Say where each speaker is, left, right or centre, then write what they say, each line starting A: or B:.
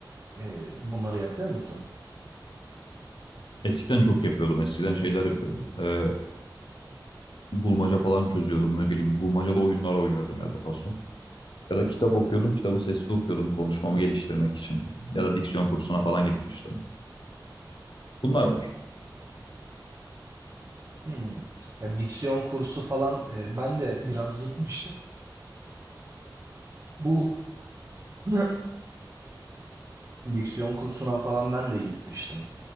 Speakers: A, on the right (about 35°); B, on the left (about 80°).
A: e, bunları yapıyor musun?
B: Eskiden çok yapıyordum. Eskiden şeyler yapıyordum. Ee, bulmaca falan çözüyordum ne bileyim. Bulmacalı oyunlar oynuyordum ya da paso. Ya da kitap okuyordum. Kitabı sesli okuyordum konuşmamı geliştirmek için. Ya da diksiyon kursuna falan gitmiştim. Bunlar
A: Hmm. Ya diksiyon kursu falan e, ben de biraz gitmiştim. Bu <clears throat> diksiyon kursuna falan ben de gitmiştim.